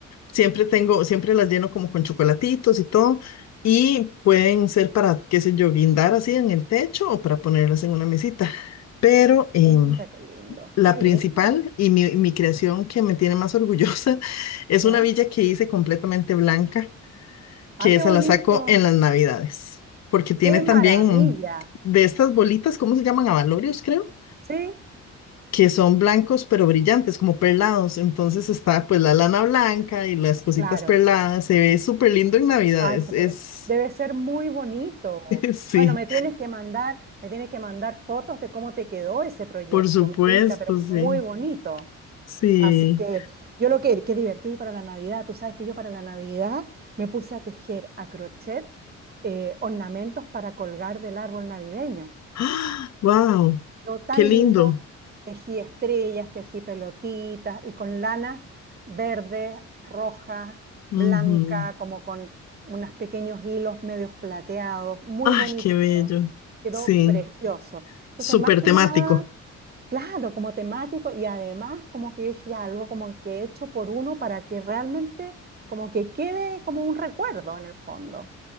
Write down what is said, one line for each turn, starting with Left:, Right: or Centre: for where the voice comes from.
Left: Siempre tengo, siempre las lleno como con chocolatitos y todo. Y pueden ser para, qué sé yo, guindar así en el techo o para ponerlas en una mesita. Pero em,
Right: Mira, qué lindo.
Left: la
Right: Qué lindo.
Left: principal y mi, mi creación que me tiene más orgullosa <laughs> es
Right: ¿Ya?
Left: una villa que hice completamente blanca, que
Right: ¡Ay, qué
Left: esa
Right: Sí, bonito!
Left: la saco en las Navidades, porque tiene
Right: ¡Qué
Left: también
Right: maravilla!
Left: de estas bolitas, ¿cómo se llaman? Abalorios, creo
Right: ¿Sí?
Left: que son blancos pero brillantes, como perlados. Entonces está pues la lana blanca y las cositas
Right: Claro.
Left: perladas. Se ve súper lindo en Navidades.
Right: Ay, se
Left: Es,
Right: te ve- Debe ser muy bonito.
Left: <laughs> sí,
Right: Bueno, me tienes Sí, que mandar, me tienes que mandar fotos de cómo te quedó ese proyecto.
Left: por supuesto,
Right: Me pinta, pero
Left: sí,
Right: muy bonito.
Left: sí.
Right: Así que sí. yo lo que, qué divertido para la Navidad. Tú sabes que yo para la Navidad me puse a tejer a crochet eh, ornamentos para colgar del árbol navideño.
Left: ¡Ah! ¡Wow!
Right: Lo tan
Left: ¡Qué lindo!
Right: lindo, tejí estrellas, tejí pelotitas y con lanas verdes, rojas, blanca,
Left: Ujú.
Right: como con unos pequeños hilos medios plateados, muy
Left: ¡Ay,
Right: bonito
Left: qué bello!
Right: quedó, quedó
Left: Sí,
Right: precioso. Entonces,
Left: súper
Right: más que
Left: temático.
Right: nada, claro, como temático y además como que yo dije "Ya, algo como que hecho por uno para que realmente como que quede como un recuerdo en el fondo,